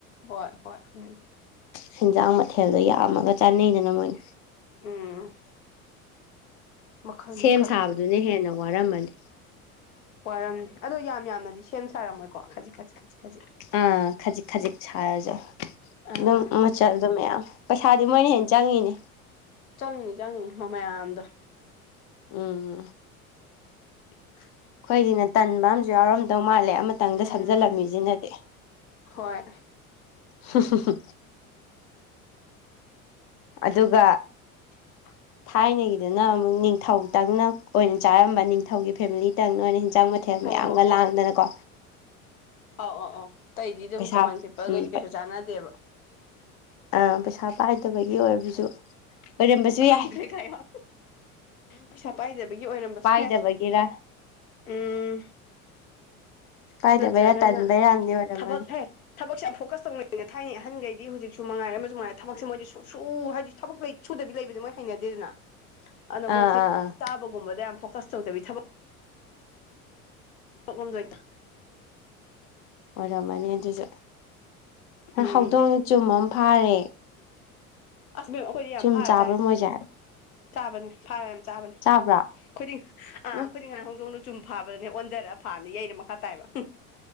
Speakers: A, on the left; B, on the left.
A: ꯍꯣꯏ ꯍꯣꯏ ꯎꯝ
B: ꯁꯦꯟꯖꯥꯡ ꯃꯊꯦꯜꯗꯣ ꯌꯥꯝꯃꯒ ꯆꯥꯅꯩꯗꯅ ꯃꯣꯏꯅ
A: ꯎꯝ ꯃꯈꯜ ꯃꯈꯜ
B: ꯁꯦꯝ ꯁꯥꯕꯗꯨꯅ ꯍꯦꯟꯅ ꯋꯥꯔꯝꯃꯅꯤ
A: ꯋꯥꯔꯝꯅꯤ ꯑꯗꯣ ꯌꯥꯝ ꯌꯥꯝꯅꯗꯤ ꯁꯦꯝ ꯁꯥꯔꯝꯃꯣꯏꯀꯣ ꯈꯖꯤꯛ ꯈꯖꯤꯛ ꯈꯖꯤꯛ ꯈꯖꯤꯛ
B: ꯑꯥ ꯈꯖꯤꯛ ꯈꯖꯤꯛ ꯁꯥꯔꯁꯨ
A: ꯑꯥ
B: ꯑꯗꯨꯝ
A: ꯑꯥ
B: ꯃꯆꯜ ꯑꯗꯨꯝ ꯃꯌꯥꯝ ꯄꯩꯁꯥꯗꯤ ꯃꯣꯏꯅ ꯍꯦꯟꯅ ꯆꯪꯉꯤꯅꯦ
A: ꯆꯪꯉꯤꯅꯤ ꯆꯪꯉꯤꯅꯤ ꯃ ꯃꯌꯥꯝꯗꯣ
B: ꯎꯝ
A: <inaudible>
B: ꯑꯩꯈꯣꯏꯒꯤꯅ ꯇꯟꯕ ꯑꯝꯨ ꯌꯥꯎꯔꯝꯗꯧ ꯃꯥꯜꯂꯦ ꯑꯃꯇꯪꯗ
A: ꯎꯝ
B: ꯁꯝꯖꯜꯂꯝꯃꯤꯁꯤꯅꯗꯤ
A: ꯍꯣꯏ
B: ꯍ ꯍ ꯍ ꯑꯗꯨꯒ
A: <unintelligible> <inaudible>
B: ꯊꯥꯏꯅꯒꯤꯗꯨꯅ ꯑꯃꯨꯛ ꯅꯤꯡꯊꯧꯇꯪꯅ ꯑꯣꯏꯅ ꯆꯥꯔꯝꯕ ꯅꯤꯡꯊꯧꯒꯤ ꯐꯦꯃꯤꯂꯤꯇꯪꯅ ꯑꯣꯏꯅ ꯍꯟꯖꯥꯡ ꯃꯊꯦꯜ ꯃꯊꯦꯜ
A: ꯍꯣ
B: ꯃꯌꯥꯝꯒ
A: ꯍꯣ ꯍꯣꯏ
B: ꯂꯥꯡꯗꯅꯀꯣ
A: ꯑꯧ ꯑꯧ ꯑꯧ ꯑꯇꯩꯗꯤ ꯑꯗꯨꯝ
B: ꯄꯩꯁꯥ
A: ꯀꯃꯟ ꯄꯤꯄꯜꯒꯩꯗꯤ
B: ꯎꯝ
A: ꯀꯩꯁꯨ ꯆꯥꯟꯅꯗꯦꯕ
B: ꯑꯥ ꯄꯩꯁꯥ ꯄꯥꯏꯗꯕꯒꯤ ꯑꯣꯏꯕꯁꯨ ꯑꯣꯏꯔꯝꯕꯁꯨ
A: ꯈꯪꯗ꯭ꯔꯦ
B: ꯌꯥꯏ
A: ꯀꯥꯢ ꯍꯥꯢꯌꯣ ꯄꯩꯁꯥ ꯄꯥꯏꯗꯕꯒꯤ ꯑꯣꯏꯔꯝꯕꯁꯨ
B: ꯄꯥꯏꯗꯕꯒꯤꯔ
A: ꯌꯥꯏ ꯎꯝ
B: ꯄꯥꯏꯗꯕꯩꯔꯥ
A: ꯅꯠꯇ꯭ꯔꯒꯅ
B: ꯇꯟꯕꯩꯔꯥꯝꯗꯤ ꯑꯣꯏꯔꯝꯃꯅꯤ
A: ꯊꯕꯛ ꯍꯦ ꯊꯕꯛꯁꯦ ꯌꯥꯝ ꯐꯣꯀꯁ ꯇꯧꯅꯩꯅ ꯊꯥꯏꯅꯩ ꯑꯍꯟꯈꯩꯗꯤ ꯍꯧꯖꯤꯛꯁꯨ ꯃꯉꯥꯏꯔꯦ ꯑꯃꯁꯨ ꯃꯉꯥꯏꯔꯦ ꯊꯕꯛ ꯃꯣꯏꯗꯤ ꯁꯨꯡꯁꯨ ꯍꯥꯏꯗꯤ ꯊꯕꯛꯂꯩ ꯁꯨꯗꯕꯤ ꯂꯩꯕꯗ ꯃꯣꯏ ꯍꯩꯅꯗꯦꯗꯅ ꯑꯅ
B: ꯑꯥ
A: ꯃꯣꯏꯁꯦ
B: ꯑꯥ ꯑꯥ
A: ꯆꯥꯕꯒꯨꯝꯕꯗ ꯌꯥꯝ ꯐꯣꯀꯁ ꯇꯧꯗꯕꯤ ꯊꯕꯛ ꯊꯣꯛꯣꯛꯂꯝꯝꯗꯣꯏꯗ
B: ꯑꯣꯏꯔꯝꯃꯅꯤ ꯑꯗꯨꯁꯨ
A: ꯎꯝ
B: ꯍꯧꯗꯣꯡꯅ ꯆꯨꯝ ꯑꯃ ꯐꯥꯔꯦ
A: ꯑꯁꯕꯦꯝ ꯑꯩꯈꯣꯏꯗꯤ ꯌꯥꯝ
B: ꯆꯨꯝ
A: ꯐꯔ
B: ꯆꯥꯕ꯭ꯔꯣ
A: ꯆꯥꯏ
B: ꯃꯣꯏꯁꯦ
A: ꯆꯥꯕꯅꯤ ꯐꯥꯔ ꯌꯥꯝ ꯆꯥꯕꯅꯤ
B: ꯆꯥꯕ꯭ꯔꯥ
A: ꯑꯩꯈꯗꯤꯡ ꯑꯥ
B: ꯎꯝ
A: ꯈꯨꯗꯤ ꯉꯥꯏ ꯍꯧꯣꯡꯗꯣꯡꯅꯆꯨꯝ ꯐꯥꯕꯗꯅꯦ ꯑꯣꯟꯊꯔꯛ ꯐꯥꯅꯤ ꯌꯩꯩꯅ ꯃꯈꯥ ꯇꯥꯏꯕ <unintelligible>